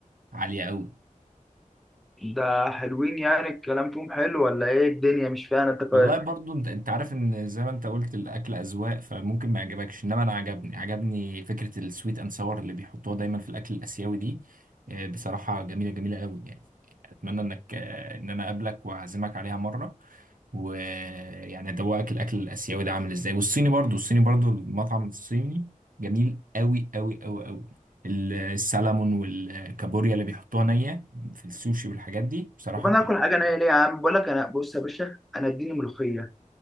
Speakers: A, on the right (about 80°); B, in the centre.
A: عالية أوي
B: ده حلوين يعني الكلام فيهم حلو ولا ايه الدنيا مش فاهم انت كويس
A: والله برضو انت انت عارف ان زي ما انت قلت الاكل اذواق فممكن ما يعجبكش انما انا عجبني عجبني فكره السويت اند ساور اللي بيحطوها دايما في الاكل الاسيوي دي آه، بصراحه جميله جميله قوي يعني اتمنى انك آه، ان انا اقابلك واعزمك عليها مره ويعني ادوقك الاكل الاسيوي ده عامل ازاي والصيني برضو الصيني برضو المطعم الصيني جميل قوي قوي قوي قوي السلمون والكابوريا اللي بيحطوها نيه في السوشي والحاجات دي بصراحه
B: طب انا
A: بتبقى
B: اكل حاجه نيه ليه يا عم بقول لك انا بص يا باشا انا اديني ملوخيه